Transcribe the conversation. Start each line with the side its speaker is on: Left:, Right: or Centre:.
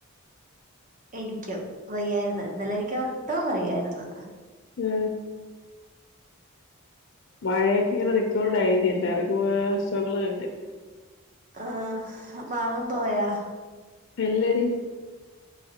Right: എനിക്കോ വയ്യായിര്ന്ന് ഇന്നലെനിക്ക് ഒ ഒട്ടും വയ്യായിര്ന്ന്
Left: മൂ മഴയൊക്കെ ഇങ്ങനെ നിക്ക്ണോണ്ടായിരിക്കും <inaudible>
Right: ആ മാമൻ പോയാ
Left: ഇല്ലടി